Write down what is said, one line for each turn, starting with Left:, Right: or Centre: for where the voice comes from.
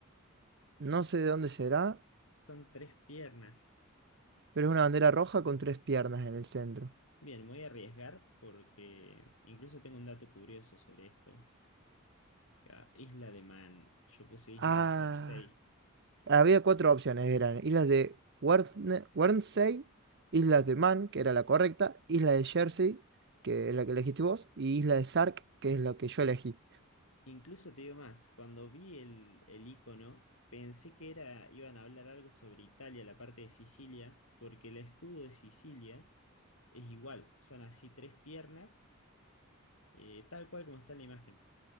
Right: no sé de dónde será,
Left: Son tres piernas.
Right: pero es una bandera roja con tres piernas en el centro.
Left: Bien, me voy a arriesgar porque incluso tengo un dato curioso sobre esto. Ah, Isla de Man, yo puse Isla
Right: Ah,
Left: de Jersey.
Right: había cuatro opciones, eran islas de Guernsey, Guernsey, islas de Man, que era la correcta, isla de Jersey, que es la que elegiste vos, y isla de Sark, que es la que yo elegí.
Left: Incluso te digo más, cuando vi el, el icono, pensé que era, iban a hablar algo sobre Italia, la parte de Sicilia, porque el escudo de Sicilia es igual, son así tres piernas, eh, tal cual como está en la imagen,